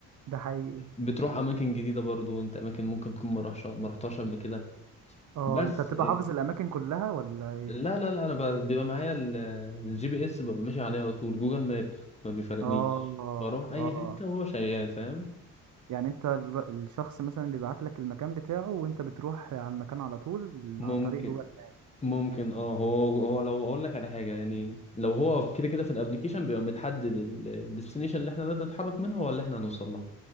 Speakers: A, on the right; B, on the left.
A: ده حقيقي
B: وبتروح اماكن جديده برضو انت اماكن ممكن تكون ما رحتش ما رحتهاش قبل كده
A: اه
B: بس
A: انت بتبقى حافظ الاماكن كلها ولا ايه
B: لا لا لا انا ب- بيبقى معايا ال- الجي بي اس ببقى ماشي عليه على طول جوجل ماب ما بيفرقنيش
A: اه
B: بروح اي
A: اه
B: حته وهو شغال فاهم
A: يعني انت ال- الشخص مثلا بيبعت لك المكان بتاعه وانت بتروح على المكان على طول
B: ممكن
A: عن طريق جوجل ماب
B: ممكن اه هو هو لو اقول لك على حاجه يعني لو هو كده كده في الابليكيشن بيبقى متحدد الديستنيشن اللي احنا لازم نتحرك منها ولا احنا هنوصل لها